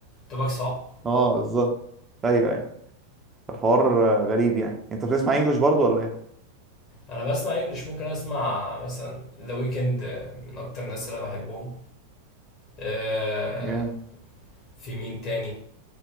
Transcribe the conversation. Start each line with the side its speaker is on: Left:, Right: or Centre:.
Left: تباك صعب
Right: اه بالظبط ايوه ايوه الحوار آه، غريب يعني انت بتسمع انجلش برضو ولا ايه
Left: انا بسمع انجليش ممكن اسمع مثلا ذا ويكند من اكتر الناس اللي أنا بحبهم آه،
Right: جامد
Left: في مين تاني